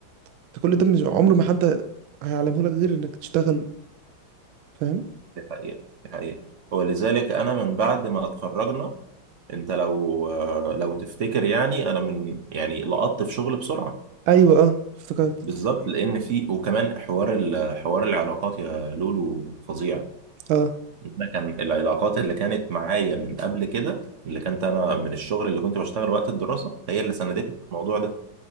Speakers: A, on the right; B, on the right.
A: انت كل ده مش عمره ما حد هيعلمه لك غير انك تشتغل فاهم
B: دي حقيقه دي حقيقه ولذلك انا من بعد ما اتخرجنا انت لو لو تفتكر يعني انا من يعني لقطت في شغل بسرعه
A: ايوه اه افتكرت
B: بالظبط لان في وكمان حوار ال- حوار العلاقات يا لولو فظيع
A: اه
B: أنا كان العلاقات اللي كانت معايا من قبل كده اللي كانت انا من الشغل اللي كنت بشتغل وقت الدراسه هي اللي ساندتني في الموضوع ده